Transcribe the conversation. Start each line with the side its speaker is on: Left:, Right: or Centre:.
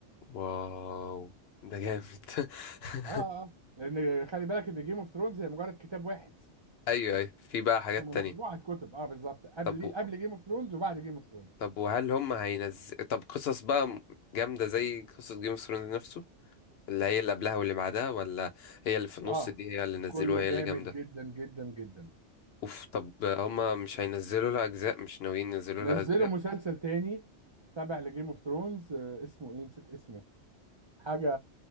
Left: واو ده جامد <laughs>
Right: اه اه آه. لان خلي بالك ان جيم اوف ثرونز هي مجرد كتاب واحد
Left: ايوه ايوه في بقى حاجات
Right: هم
Left: تانية
Right: مجموعه كتب اه بالظبط قبل
Left: طب و...
Right: قبل جيم اوف ثرونز وبعد جيم اوف ثرونز
Left: طب وهل هم هينزل طب قصص بقى م- جامدة زي قصة جيم اوف ثرونز نفسه اللي هي اللي قبلها واللي بعدها ولا هي اللي في النص
Right: اه
Left: دي هي اللي نزلوها
Right: كله
Left: هي
Right: جامد
Left: اللي جامدة
Right: جدا جدا جدا
Left: اوف طب هم مش هينزلوا لها اجزاء مش ناويين ينزلوا
Right: نزلوا
Left: لها اجزاء
Right: مسلسل تاني تابع لجيم اوف ثرونز اسمه ايه نسيت اسمه حاجة